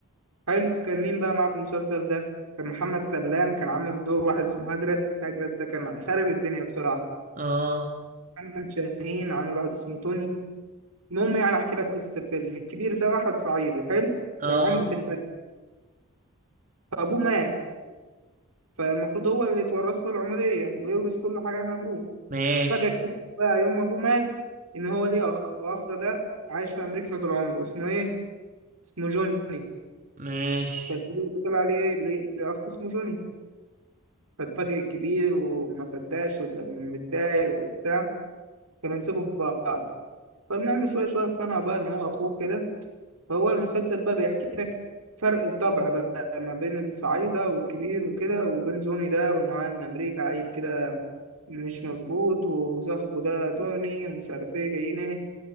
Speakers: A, on the right (about 85°); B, on the right (about 35°).
A: حلو كان مين بقى معاه في المسلسل ده كان محمد سلام كان عامل دور واحد اسمه هدرس هجرس ده كان خارب الدنيا بصراحة
B: اه
A: محمد شاهين عامل واحد اسمه توني المهم يعني احكي لك قصة الفيلم الكبير ده واحد صعيدي حلو
B: اه
A: كان عمدة البلد فابوه مات فالمفروض هو اللي يتورث له العمودية ويورث كل حاجة عن ابوه
B: ماشي
A: فجأة اكتشف بقى يوم ما ابوه مات ان هو ليه اخ الاخ ده عايش في امريكا طول عمره اسمه ايه اسمه جوني
B: ماشي
A: فالكبير ده طلع عليه ليه ليه اخ اسمه جوني فاتفاجئ الكبير وما صدقش وكان متضايق وبتاع كانوا يمسكوا في بعض فالمهم شوية شوية اقتنع بقى إن هو أخوه كده فهو المسلسل بقى بيحكي لك فرق الطبع بقى ما بين الصعايدة والكبير وكده وبين جوني ده واللي معاه من أمريكا عيل كده مش مظبوط وصاحبه ده توني ومش عارف ايه جايين ايه